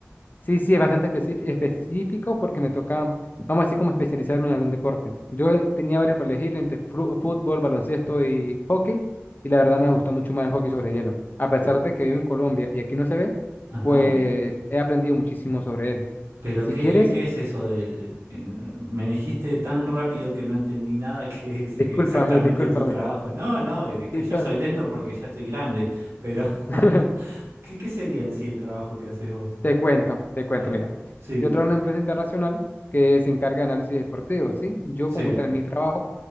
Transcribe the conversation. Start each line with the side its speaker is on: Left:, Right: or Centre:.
Left: Sí, sí, es bastante específ- específico porque me toca, vamos a decir, como especializarme en algún deporte. Yo eh, tenía varios para elegir entre fru- fútbol, baloncesto y hockey, y la verdad me gustó mucho más el hockey sobre hielo. A pesar
Right: Eh,
Left: de que vivo en Colombia y aquí no se ve,
Right: Ajá.
Left: pues he aprendido muchísimo sobre él.
Right: Pero
Left: Si
Right: ¿qué,
Left: quieres,
Right: qué es eso de... eh, Me dijiste tan rápido que no entendí nada <laughs> que es
Left: discúlpame,
Right: exactamente
Left: discúlpame.
Right: tu trabajo. No, no, es que
Left: Sí,
Right: yo
Left: to-
Right: soy lento porque ya estoy grande, pero
Left: <laughs>
Right: <laughs> ¿qué, qué sería en sí el trabajo que haces vos?
Left: Te cuento, te cuento,
Right: A ver.
Left: mira,
Right: Sí,
Left: yo trabajo en una empresa internacional que se encarga de análisis deportivo, ¿sí? Yo
Right: sí.
Left: como tal en mi trabajo,